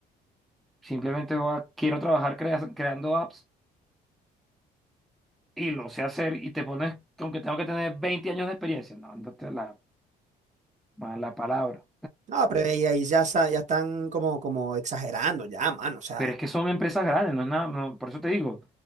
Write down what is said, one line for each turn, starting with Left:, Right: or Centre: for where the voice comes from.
Centre: simplemente voy a- quiero trabajar crea- creando apps y lo sé hacer y te pones con que tengo que tener 20 años de experiencia. No, no te la mala palabra.
Right: No, pero ahí, ahí ya, sa- ya están como, como exagerando, ya, mano, o sea.
Centre: Pero es que son empresas grandes, no es nada, no, por eso te digo,